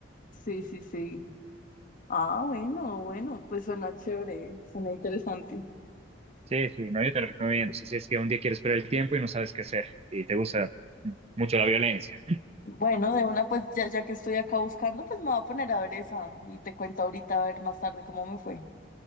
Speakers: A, on the left; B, on the right.
A: Sí, sí, sí. Ah, bueno, bueno, pues suena chévere, suena interesante.
B: Sí, sí, no, yo te lo recomiendo. O sea, si es que un día quieres perder el tiempo y no sabes qué hacer y te gusta mucho la violencia.
A: Bueno, de una, pues ya, ya que estoy acá buscando, pues me voy a poner a ver esa y te cuento ahorita, a ver más tarde cómo me fue.